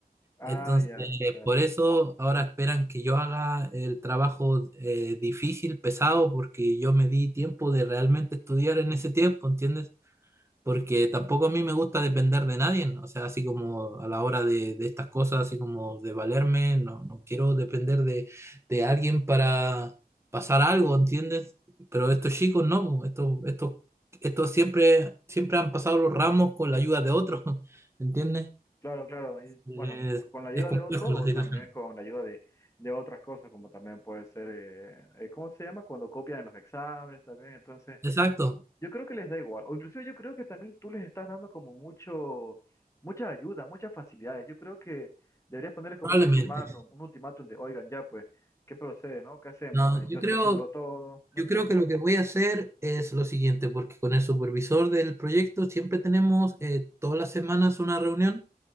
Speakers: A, on the left; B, on the right.
A: Ah,
B: Entonces,
A: ya, claro.
B: por eso ahora esperan que yo haga el trabajo eh, difícil, pesado, porque yo me di tiempo de realmente estudiar en ese tiempo, ¿entiendes? porque tampoco a mí me gusta depender de nadie, ¿no? O sea, así como a la hora de, de estas cosas, así como de valerme, no, no quiero depender de, de alguien para pasar algo, ¿entiendes? Pero estos chicos no, po, estos, estos, estos siempre, siempre han pasado los ramos con la ayuda de otros, <laughs> ¿entiendes?
A: Claro, claro. Y
B: Es,
A: bueno, con la ayuda
B: es complejo
A: de otros
B: la
A: o
B: situación.
A: también con la ayuda de, de otras cosas, como también puede ser, eh, eh, ¿cómo se llama? Cuando copian en los exámenes también. Entonces,
B: Exacto,
A: yo creo que les da igual. O inclusive yo creo que también tú les estás dando como mucho, mucha ayuda, muchas facilidades. Yo creo que deberías ponerles como
B: probablemente.
A: un ultimátum, un ultimátum de, oigan, ya pues, ¿qué procede, no? ¿Qué hacemos?
B: No,
A: Yo
B: yo creo,
A: estoy haciéndolo todo, no
B: Yo
A: sé.
B: creo que lo que voy a hacer es lo siguiente, porque con el supervisor del proyecto siempre tenemos eh, todas las semanas una reunión